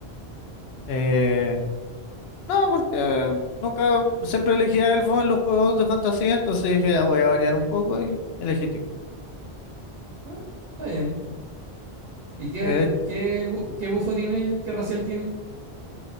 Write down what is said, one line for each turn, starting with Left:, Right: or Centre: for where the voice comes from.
Left: Eh, no, porque nunca, siempre elegía elfo en los juegos de fantasía, entonces dije, ya voy a variar un poco y elegí Tifling.
Right: Ah, está bien. ¿Y qué,
Left: Eh,
Right: qué, bu- qué bufo tienen ellos? ¿Qué racial tienen?